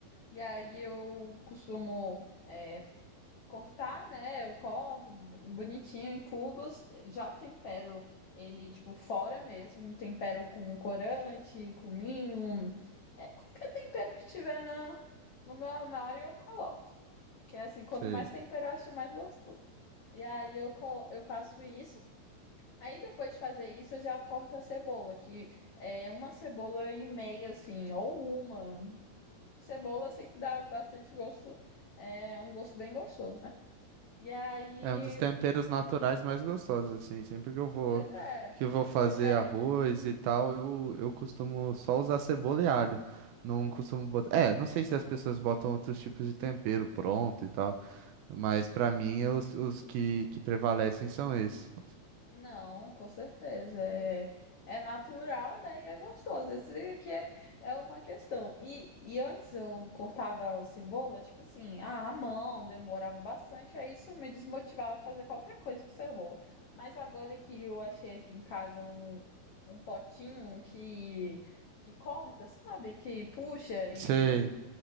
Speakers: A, on the left; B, on the right.
A: E aí eu costumo é, f- cortar, né? Eu corto bonitinho em cubos, já tempero ele, tipo, fora mesmo, um tempero com corante, cominho, é, qualquer tempero que tiver na, no meu armário eu coloco. Que é assim, quanto
B: Sei.
A: mais tempero, eu acho mais gostoso. E aí eu, colo- eu faço isso. Aí depois de fazer isso, eu já corto a cebola, que é uma cebola e meia, assim, ou uma. Cebola sempre dá bastante gosto, é um gosto bem gostoso, né? E aí,
B: É um dos temperos naturais mais gostosos, assim. Sempre que eu vou,
A: pois é,
B: que eu vou fazer
A: pois é.
B: arroz e tal, eu, eu costumo só usar cebola e alho. Não costumo botar. É, não sei se as pessoas botam outros tipos de tempero pronto e tal, mas pra mim os, os que, que prevalecem são esses.
A: Não, com certeza. É, é natural, né? E é gostoso. isso que é, é uma questão. E, e antes eu cortava a cebola, tipo assim, ah, à mão, demorava bastante. Aí isso me desmotivava a fazer qualquer coisa com cebola. Mas agora que eu achei aqui em casa um, um potinho que, que corta, sabe? Que puxa e
B: Sei.